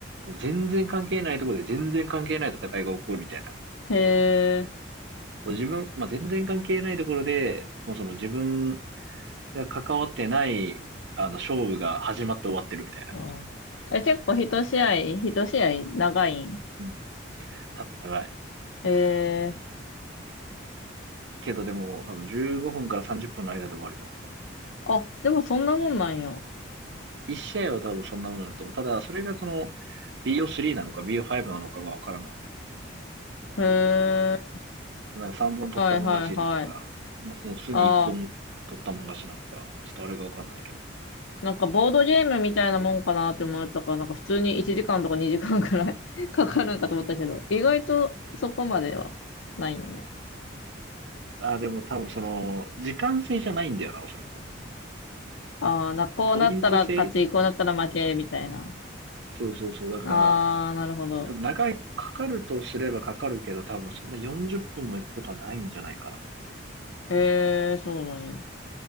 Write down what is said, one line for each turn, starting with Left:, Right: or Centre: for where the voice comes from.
Right: 全然関係ないところで全然関係ない戦いが起こるみたい
Left: へえ。
Right: な。自分、まあ、全然関係ないところで、もうその自分それは関わってない、あの、勝負が始まって終わってるみたいな。
Left: あーえ、結構一試合、一試合長いん
Right: うん。多分長い。
Left: へえ。
Right: けどでも、多分15分から30分の間で終わると。
Left: あ、でもそんなもんなんや。
Right: 1試合は多分そんなものだと思う。ただ、それがその、BO3 なのか BO5 なのかがわからない。
Left: へえ。
Right: なんか3本取ったもん勝ちなのか、
Left: はいはいはい。
Right: まあ、普通に1本取ったもん勝ちなのか、
Left: ああ、
Right: ちょっとあれがわかんないけど。
Left: なんかボードゲームみたいなもんかなって思ったから、なんか普通に1時間とか2時間くらい <laughs> かかるんかと思ったけど、意外とそこまではないんやね。
Right: あ、でも多分その、時間制じゃないんだよな、おそらく。
Left: ああ、な、こうなったら勝ち、
Right: ポイント制
Left: こうなったら負け、みたいな。
Right: そうそうそう。だから、
Left: ああ、なるほど。
Right: 多分長い、かかるとすればかかるけど、多分そんな40分も行くことはないんじゃないか
Left: ええ、そうなんや。